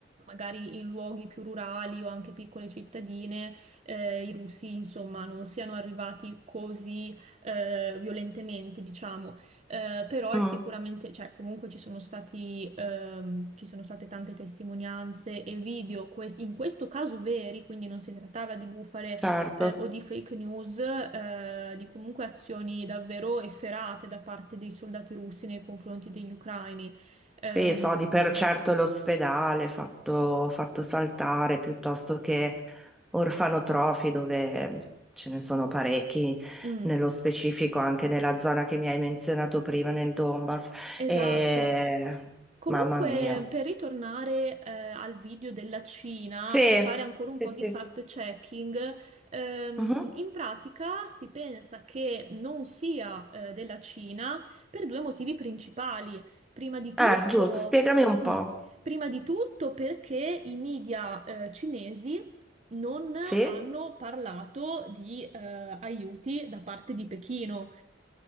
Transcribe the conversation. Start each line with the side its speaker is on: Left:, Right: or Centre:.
Right: magari in luoghi più rurali o anche piccole cittadine eh, i russi, insomma, non siano arrivati così eh, violentemente, diciamo. Eh, però è
Centre: Mm.
Right: sicuramente, cioè comunque ci sono stati, ehm, ci sono state tante testimonianze e video, que- in questo caso veri, quindi non si trattava di bufale,
Centre: certo.
Right: eh, o di fake news, eh, di comunque azioni davvero efferate da parte dei soldati russi nei confronti degli ucraini. Ehm,
Centre: Sì, so di per certo l'ospedale fatto, fatto saltare piuttosto che orfanotrofi dove ce ne sono parecchi,
Right: mm.
Centre: nello specifico anche nella zona che mi hai menzionato prima, nel Donbass.
Right: Esatto.
Centre: E...
Right: Comunque,
Centre: Mamma mia.
Right: per ritornare, eh, al video della Cina,
Centre: Sì,
Right: per fare ancora un
Centre: sì,
Right: po'
Centre: sì.
Right: di fact-checking, ehm,
Centre: Mhm.
Right: in pratica si pensa che non sia, eh, della Cina per due motivi principali. Prima di tutto,
Centre: Ah, giusto, spiegami un
Right: mm,
Centre: po'.
Right: prima di tutto perché i media, eh, cinesi non hanno
Centre: Sì?
Right: parlato di, eh, aiuti da parte di Pechino.